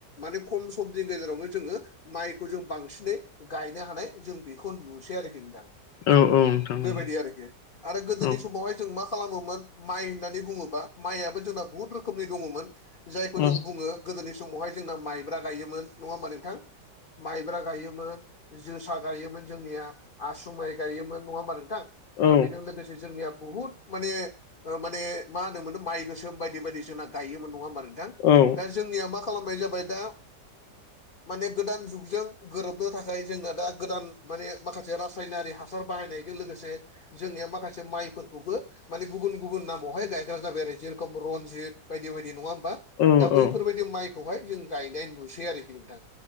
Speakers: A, on the left; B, on the left.
A: माने खम समनि गेजेरावनो जोङो माइखौ जों बांसिनै गायनो हानाय जों बेखौ नुसै आरोखि नोंथां
B: औ नोंथां नंगौ
A: बेबायदि आरोखि आरो गोदोनि
B: औ
A: समावहाय जों मा खालामोमोन माइ होननानै बुङोबा माइआबो जोंना बुहुत रोखोमनि दङमोन जायखौ
B: औ
A: जों बुङो गोदोनि समावहाय जोंना माइब्रा गायोमोन नङा होमबा नोंथां माइब्रा गायोमोन जोसा गायोमोन जोंनिया आसु माइ गायोमोन नङा होमबा नोंथां
B: औ
A: आरो बेजों लोगोसे जोंनिया बुहुद माने माने मा होनोमोन माइ गोसोम बायदि बायदि जोंना गायोमोन नङा होबमा नों थां
B: औ
A: दा जोंनिया मा खालामनाय जाबाय दा माने गोदान जुगजों गोरोबनो थाखाय जोंना दा गोदान माने माखासे रासायनारि हासार बाहायनाय बे जों लोगोसे जोंनि माखासे माइफोरखौबो माने गुबुन गुबुन नामावहाय गायग्रा जाबाय आरो जेरखम रनजित बायदि बायदि नङा होमबा दा
B: औ हागोन नोंथां माने
A: बैफोरबायदि माइखौहाय जों गायनाय नुसै आरोखि नोंथां